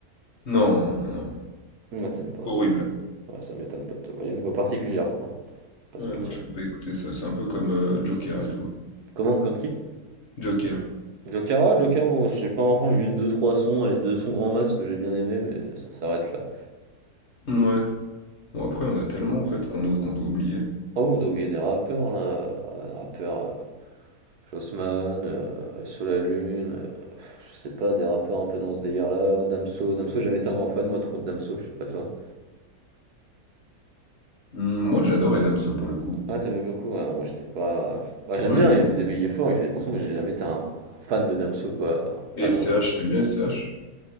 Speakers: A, on the left; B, on the right.
A: Non, non, non.
B: Ah, t'aimes pas,
A: Horrible.
B: ça m'étonne. Ouais, ça m'étonne pas de toi. Il a une voix particulière, quoi. Pas
A: Ouais,
B: se mentir.
A: non, je peux pas écouter ça. C'est un peu comme euh, Joker et tout.
B: Comment, comme qui?
A: Joker.
B: Joker, ah, Joker, oh, je sais pas, enfin, j'ai juste deux trois sons, les deux sons grand max que j'ai bien aimé, mais ça s'arrête là.
A: Ouais. Bon, après, on a tellement, en fait, qu'on nous- qu'on doit oublier.
B: Oh, on a oublié des rappeurs, là. euh, Rappeurs, euh, Jossman, euh, Sous la Lune, euh, je sais pas, des rappeurs un peu dans ce délire-là. Damso, Damso, j'ai jamais été un grand fan, moi, trop de Damso, je sais pas toi.
A: Hmm,
B: Ou
A: Moi,
B: pas.
A: j'adore Edamso, pour le coup.
B: Ah, t'aimais beaucoup, ouais, non, moi, j'étais pas. Enfin, j'aime
A: Moi,
B: bien,
A: j'aime
B: il
A: beaucoup.
B: fait des billets forts, il fait des bons sons, mais j'ai jamais été un un fan de Damso, quoi.
A: Et
B: Mais attends
A: S C H t'aimes bien S C H